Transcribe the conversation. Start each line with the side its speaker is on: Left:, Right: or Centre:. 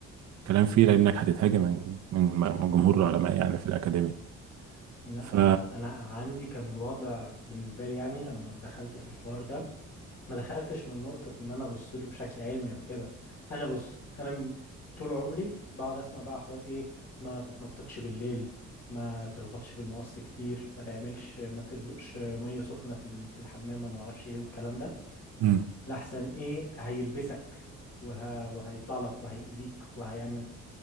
Right: كلام فيه لانك هتتهاجم من من من جمهور العلماء يعني في الاكاديميه
Left: لا
Right: ف
Left: انا انا عندي كان الوضع بالنسبه لي يعني لما دخلت في الحوار ده ما دخلتش من نقطه ان انا ابص له بشكل علمي او كده انا بص انا من طول عمري بقعد اسمع بقى حوار ايه ما تتنططش بالليل ما تخبطش بالمقص كتير ما تعملش ما تدلقش ميه سخنه في ال- في الحمام ولا ما اعرفش ايه والكلام ده
Right: امم
Left: لحسن ايه هيلبسك وه... وهيطلع لك وهيأذيك وهيعمل